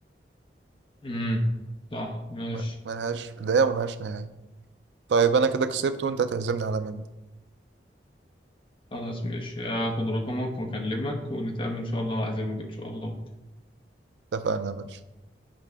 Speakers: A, on the left (about 30°); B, on the right (about 75°).
A: امم صح ماشي
B: ما- ملهاش بداية وملهاش نهاية طيب أنا كده كسبت وأنت هتعزمني على مندي
A: خلاص ماشي هاخد رقمك واكلمك ونتقابل ان شاء الله عايزين ان شاء الله بكره
B: اتفقنا يا باشا